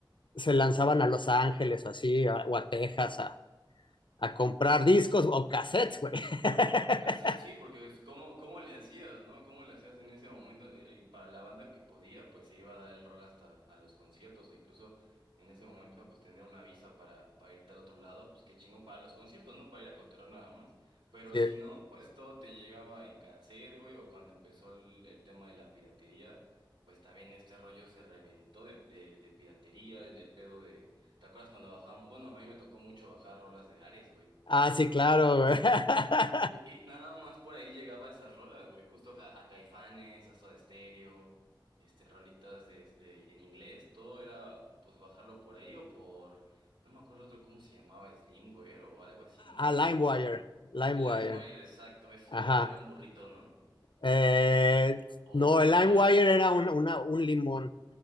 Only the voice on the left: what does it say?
se lanzaban a Los Ángeles o así, a- o a Texas, a, a comprar discos o cassettes, güey. <laughs>
Sí.
Ah, sí, claro, güey. <laughs>
A
LimeWire, LimeWire,
ajá.
Eh,
no, el LimeWire
era un, una- un limón.